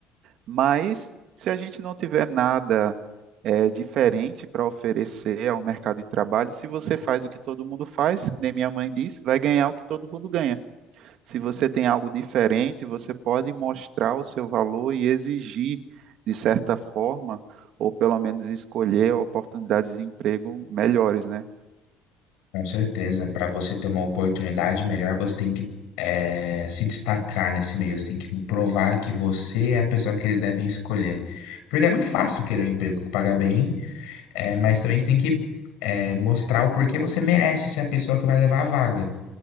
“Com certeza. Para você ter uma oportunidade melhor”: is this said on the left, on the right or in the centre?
Left